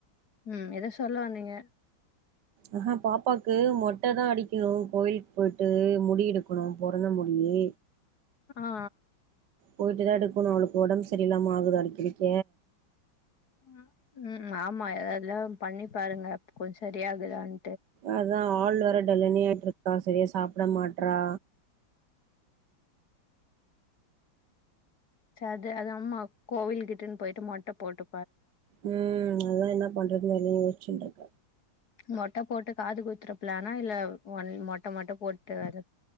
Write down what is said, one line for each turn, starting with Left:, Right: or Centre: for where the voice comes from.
Left: ம் எதோ சொல்ல வந்தீங்க
Right: ஆ ஹா பாப்பாக்கு மொட்டதா அடிக்கணு கோயிலுக்கு போயிட்டு முடி எடுக்கணு பொறந்த முடி ஹே
Left: ஆ ஆ
Right: போயிட்டு தா எடுக்கணு அவளுக்கு ஒடம்பு சரியில்லாம ஆகுது அடிக்கடிக்க
Left: ம் ம் ஆமா எல்லாம் பண்ணி பாருங்க கொஞ்ச சரியாகுதானு
Right: அதா ஆள் வரட்டு இல்லனியாட்ருக்கா செரியா சாப்ட மாட்றா
Left: ச அது அது அம்மா கோவில் கிட்டுன்னு பொயிட்டு மொட்ட போட்டோ
Right: ம் அதா என்ன பண்றதுனு எல்லா யோசுச்சுன்ருக்க
Left: மொட்ட போட்டு காது குத்துற ஃப்லானா இல்ல ஒன் மொட்ட மட்டு போட்டு வர